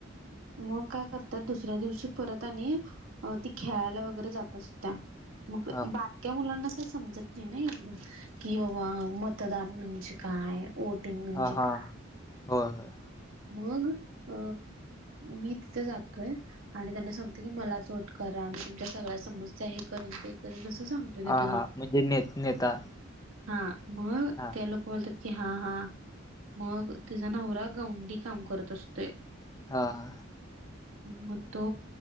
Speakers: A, on the right; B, on the left.
A: मग काय करतात दुसऱ्या दिवशी परत आणि अ ती खेळायला वगैरे जात असत्या मग
B: हा
A: बा क्या मुलांना का समजत नाय ना एवढ कि बाबा मतदान म्हणजे काय म्हणजे
B: हा हा
A: काय
B: होय होय.
A: मग अ मी तिथं जातोय. आणि त्यांना सांगते की मलाच वोट करा मी तुमच्या सगळ्या समस्या हे करीन ते अस सांगतोय
B: हा
A: तिथ जाऊन.
B: हा म्हणजे ने नेता
A: हा मग
B: हा
A: त्या लोक बोलत्यात की हा हा मग तिजा नवरा गौंडी काम करत असतोय.
B: हा हा.
A: म तो